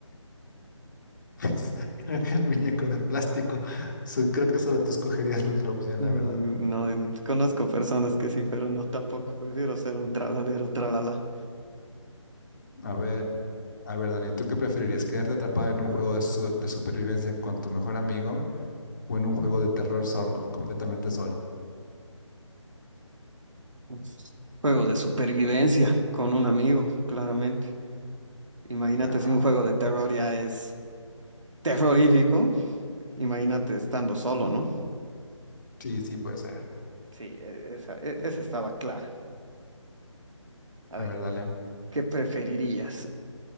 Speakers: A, on the left (about 40°); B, on the right (about 70°).
A: pues, creo que el muñeco de plástico, su- creo que solo tú escogerías la otra opción,
B: Mm,
A: la verdad.
B: No, y conozco personas que sí, pero no tampoco. Prefiero ser un tralalero, tralala.
A: A ver, a ver, Dani, ¿tú qué preferirías? ¿Quedarte atrapado en un juego de, su- de supervivencia con tu mejor amigo o en un juego de terror solo, completamente solo?
B: Un Juego de supervivencia con un amigo, claramente. Imagínate
A: Nah,
B: si un juego de terror ya es terrorífico. Imagínate estando solo, ¿no?
A: sí, sí puede ser.
B: Sí, e- esa, e- esa estaba clara. A
A: A
B: ver,
A: ver, dale.
B: ¿qué preferirías?